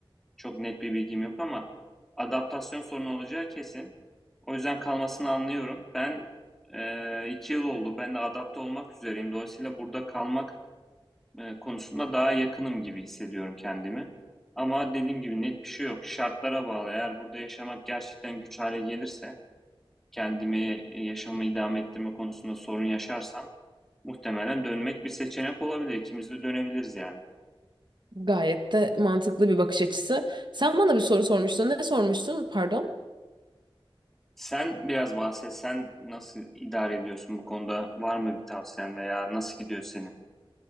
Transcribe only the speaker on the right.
Gayet de mantıklı bir bakış açısı. Sen bana bir soru sormuştun. Ne sormuştun? Pardon.